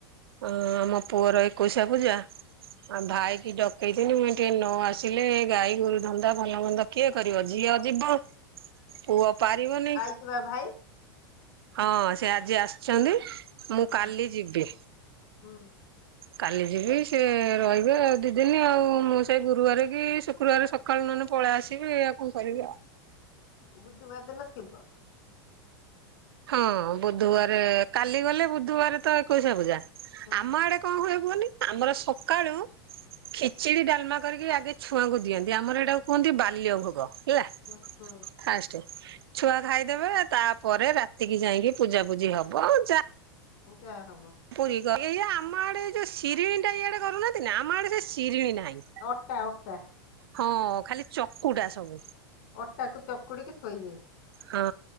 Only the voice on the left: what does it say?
ଶିବା ଭାଇ
ହୁଁ
ହୁଁ
ବୁଧବାର୍ ଦିନ ଥିବ।
ହୁଁ
ହଁ- ହଁ।
ଜା ହବ।
ଅଟା -ଅଟା।
ଅଟାକୁ ଚକୁଡିକି ଥୋଇବେ